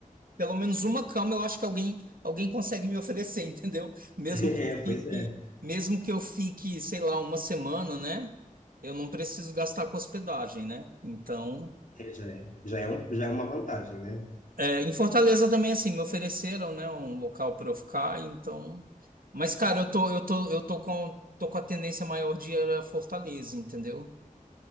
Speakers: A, on the right; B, on the left.
A: pelo menos uma cama eu acho que alguém, alguém consegue me oferecer, <laughs> entendeu? Mesmo
B: É,
A: que eu
B: pois
A: fique,
B: é.
A: mesmo que eu fique, sei lá, uma semana, né? Eu não preciso gastar com hospedagem, né? Então,
B: É, já é, já é, um, já é uma vantagem, né?
A: é, em Fortaleza também assim me ofereceram, né, um local para eu ficar, então. Mas cara, eu tô eu tô eu tô com tô com a tendência maior de ir a Fortaleza, entendeu?